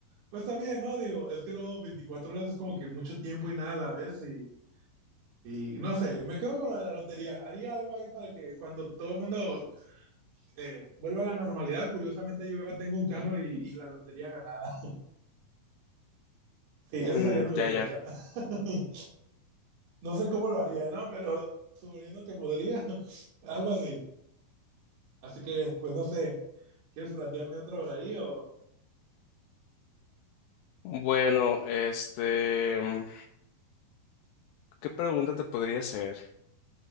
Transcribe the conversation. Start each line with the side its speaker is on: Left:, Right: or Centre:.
Right: pues también, ¿no? Digo, es que luego 24 horas es como que mucho tiempo y nada a la vez y, y no sé, me quedo con lo de la lotería. Haría algo ahí para que cuando todo el mundo eh, vuelva a la normalidad, curiosamente yo ya tengo un carro y, y la lotería ganada. <laughs> Sí, esa
Left: Mm,
Right: sería mi respuesta.
Left: ya, ya.
Right: <laughs> No sé cómo lo haría, ¿no? Pero suponiendo que podría, <laughs> algo así. Así que, pues no sé, ¿quieres plantearme otra por ahí o...?
Left: Bueno, este, mm, ¿qué pregunta te podría hacer?